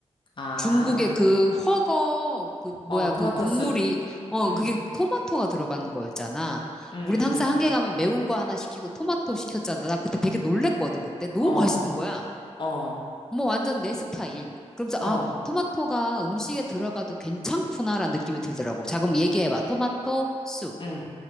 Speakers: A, on the left; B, in the centre.
A: 아,
B: 중국의 그 훠궈 그 뭐야
A: 어, 토마토
B: 그 국물이
A: 숲,
B: 어
A: 응,
B: 그게 토마토가 들어가는 거였잖아.
A: 응,
B: 우린 항상
A: 응,
B: 한개 가면 매운 거 하나 시키고 토마토 시켰잖아. 나 그때 되게 놀랬거든. 그때 너무
A: 응, 어,
B: 맛있는 거야.
A: 어,
B: 어머 완전 내 스타일. 그러면서
A: 어,
B: 아 토마토가 음식에 들어가도 괜찮구나라는 느낌이 들더라고. 자 그럼 얘기해봐. 토마토 쑥.
A: 응.